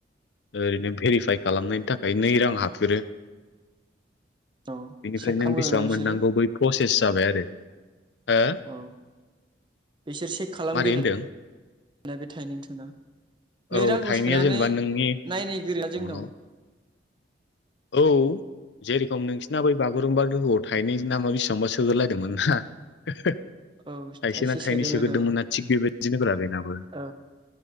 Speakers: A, on the left; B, on the right.
A: ओरैनो भेरिफाइ खालामनायनि थाखाय नै रां हाबग्रो
B: औ
A: बेनिफ्राय
B: चेक
A: नों
B: खालामगोरोना
A: बेसेबां
B: बिसोरो
A: मोननांगौ बै प्रसेस जाबाय आरो हो
B: औ बिसोर चेक खालामग्रायो
A: मारै होनदों
B: अब्ला टाइनिंथुना नै
A: औ
B: रांखौ
A: थाइनैया
B: सोनानै
A: जेनेबा नोंनि
B: नायनो गोरोना
A: एकाउन्टाव
B: जोंनाव
A: औ जेरेखम नोंसिना बै बागुरुम्बा दोहौआव थाइनै नामा बेसेबांबा सोग्रोलायदोंमोन ना। <unintelligible>
B: औ
A: थाइसे ना थाइनै
B: सोदोंमोन
A: सोग्रोदोंमोन
B: औ
A: ना थिग बेबायदिनो ब्रा बेनाबो
B: औ